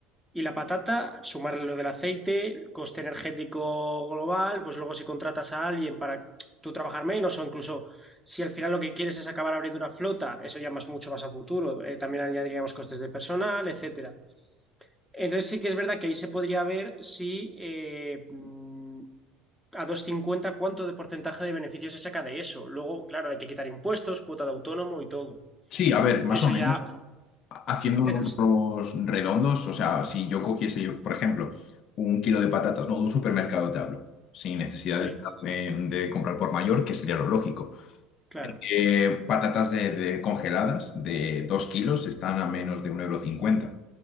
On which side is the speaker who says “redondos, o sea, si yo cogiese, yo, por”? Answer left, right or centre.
Left